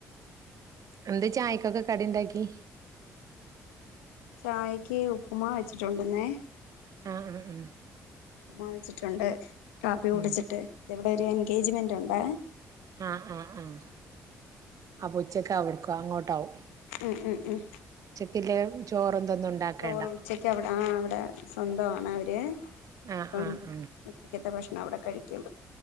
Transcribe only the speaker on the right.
എന്തെ ചായകൊക്കെ കടിണ്ടാക്കി
ആഹ് അ ആ
ഉം
ആഹ് ആഹ് ആഹ് അപൊ ഉച്ചക് അവ്ട്ക് അങ്ങോട്ടാവും
ഉച്ചക്കില്ലേ ചോറും ഇതൊന്നും ഉണ്ടാക്കേണ്ട
ആഹ് ആഹ് ആഹ്